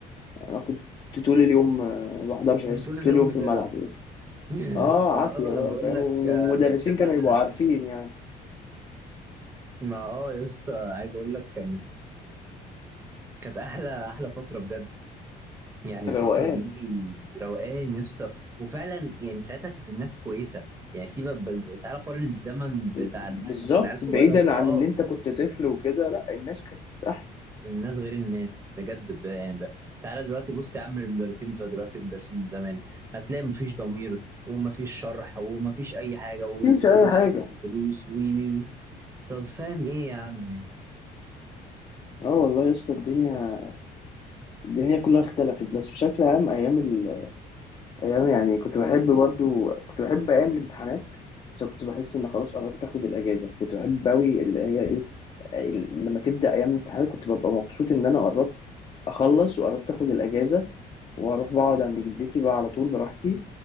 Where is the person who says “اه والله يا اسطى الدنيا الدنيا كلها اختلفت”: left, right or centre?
Left